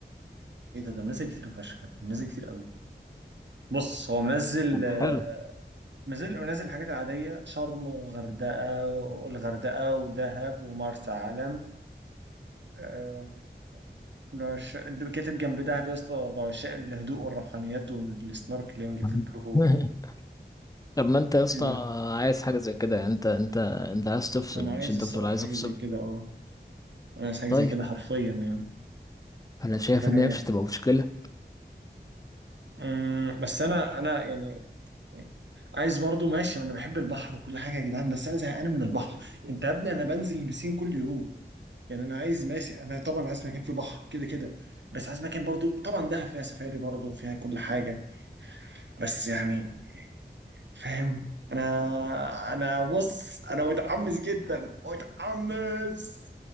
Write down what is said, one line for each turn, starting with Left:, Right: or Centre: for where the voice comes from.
Right: ايه ده ده منزل كتير فشخ منزل كتير قوي بص هو منزل
Left: طب
Right: آه،
Left: حلو
Right: منزل منزل الحاجات العادية شرم وغردقة والغردقة ودهب ومرسى علم آه، بعش- ده كاتب جنب دهب يا اسطى بعشاء الهدوء والروحانيات والسنوركلينج
Left: <laughs>
Right: في البلو هول
Left: طب ما انت يا اسطى
Right: ايه ده
Left: عايز حاجة زي كده يعني انت انت انت عايز تفصل
Right: ما انا عايز
Left: مش انت
Right: الصراحة
Left: بتقول عايز
Right: حاجة
Left: افصل
Right: زي كده اه انا عايز حاجة
Left: طيب
Right: زي كده حرفيا يعني
Left: انا شايف
Right: يعني
Left: ان هي مش هتبقى مشكلة
Right: أمم، بس انا انا يعني يعني عايز برضو ماشي انا بحب البحر وكل حاجه يا جدعان بس انا زهقان من البحر انت يا ابني انا بنزل البسين كل يوم يعني انا عايز ماشي انا طبعا عايز مكان فيه بحر كده كده بس عايز مكان برضو طبعا دهب فيها سفاري برضو وفيها كل حاجه بس يعني فاهم انا انا بص انا متحمس جدا متحمس